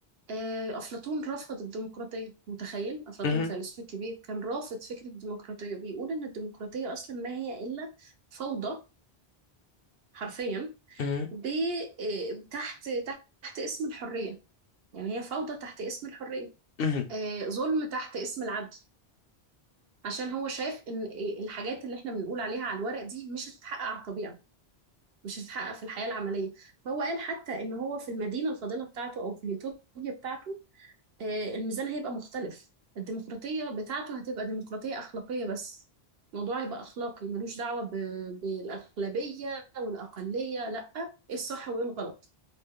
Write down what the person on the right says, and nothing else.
آه، أفلاطون رفض الديمقراطية متخيل أفلاطون
فيلسوف كبير كان رافض فكرة الديمقراطية بيقول إن الديمقراطية أصلا ما هي إلا فوضى حرفيا
ب آه، تحت تحت اسم الحرية يعني هي فوضى تحت اسم الحرية
آه، ظلم تحت اسم العدل عشان هو شايف ان آه، الحاجات اللي احنا بنقول عليها على الورق دي مش هتتحقق على الطبيعة مش هتتحقق في الحياة العملية فهو قال حتى ان هو في المدينة الفاضلة بتاعته او في اليوتوبيا بتاعته آه، الميزان هيبقى مختلف الديمقراطية بتاعته هتبقى ديمقراطية أخلاقية بس الموضوع هيبقى أخلاقي ملوش دعوة ب- بالأغلبية والأقلية لأ إيه الصح وإيه الغلط